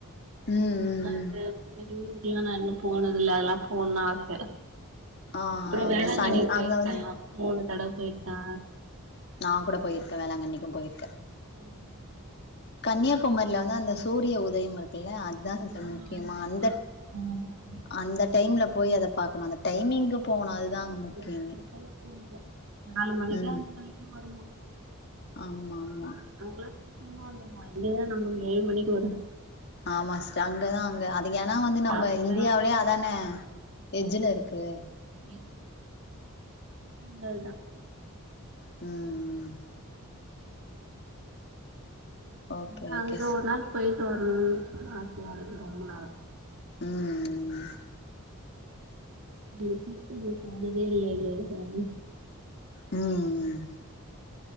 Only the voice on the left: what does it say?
ம் ம்
ம்
ஆ
அங்க
சன்
அங்க வந்து
நாங் கூட போயிருக்க வேளாங்கண்ணிக்கும் போயிருக்கே
கன்னியாகுமரியில வந்து அந்த சூரிய உதயம் இருக்கு இல்ல அதா அது
முக்கியமா
அந்த
அந்த
டைம் ல போய் அத பாக்கணு அந்த டைமிங்க்கு போனு அதுதா அங்க முக்கியமே
ம்
ஆமா ஆமா
ஆமா சிஸ்டர் அங்கதா அங்க அது ஏன்னா வந்து நம்ம
இந்தியாவிலேயே அதான எட்ஜ் ல இரு இருக்கு
ம்ம்ம் ஓகே
ஓகே
சிஸ்
ம்
ம்